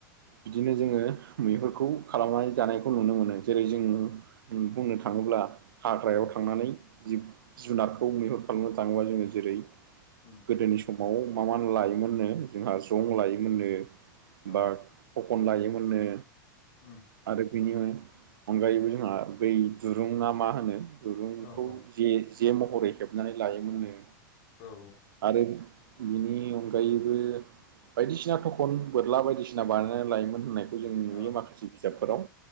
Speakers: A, on the right; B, on the left.
A: बिदिनो जोंङो मैहुरखौ खालामनानै जानायखौ नुनो मोनो जेरै जों बुंनो थांङो थाङोब्ला हाग्रायाव
B: उम
A: थांनानै जिब जुनारखौ मैहुर खालामनो थाङोबा जोङो जेरै
B: उम
A: गोदोनि समाव मा मा लायोमोननो जोंहा जं लायो मोननो
B: औ
A: बा थखन लायोमोननो
B: उम
A: आरो बिनि अनगायैबो जोंहा दै दुरुं ना मा होनो। दुरुंखौ
B: औ औ
A: जे जे महरै हेबनानै लायोमोननो
B: औ
A: आरो बिनि अनगायैबो बायदिसिना थखन बोरला बायदिसिना बानायना लायोमोन होननाय खौ जों नुयो
B: औ औ
A: माखासे बिजाबफोराव